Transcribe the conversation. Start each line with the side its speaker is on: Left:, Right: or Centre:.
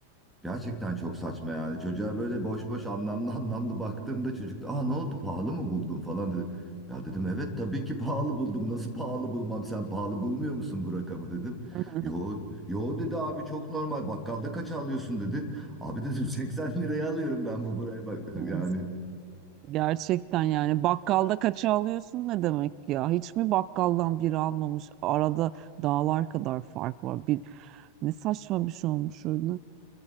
Centre: Gerçekten çok saçma yani. Çocuğa böyle boş boş anlamlı anlamlı baktığımda çocuk da aa ne oldu pahalı mı buldum falan dedi. Ya dedim evet tabii ki pahalı buldum. Nasıl pahalı bulmam sen pahalı bulmuyor musun bu rakamı dedim.
Right: <laughs>
Centre: Yo, yo dedi abi çok normal bakkalda kaça alıyorsun dedi. Abi dedim <laughs> 80 liraya alıyorum ben bu buraya bak <laughs>
Right: Aş
Centre: yani.
Right: Gerçekten yani bakkalda kaça alıyorsun ne demek ya? Hiç mi bakkaldan biri almamış? Arada dağlar kadar fark var. Bir ne saçma bir şey olmuş öyle.